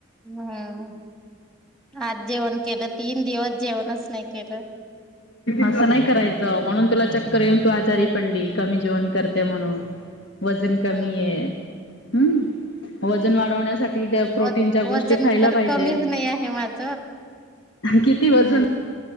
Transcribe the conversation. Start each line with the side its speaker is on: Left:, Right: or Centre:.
Centre: हम्म, आज जेवण केलं. तीन दिवस जेवणच नाही केलं.
Left: असं नाही करायचं म्हणून तुला चक्कर येऊन तू आजारी पडली कमी जेवण करत म्हणून वजन
Centre: हम्म
Left: कमी आहे वजन वाढवण्यासाठी <unintelligible> प्रोटीनच्या
Centre: वज-
Left: गोष्टी
Centre: वजन
Left: खायला
Centre: तर
Left: पाहिजे.
Centre: कमीच नाही आहे माझ
Left: किती वजन?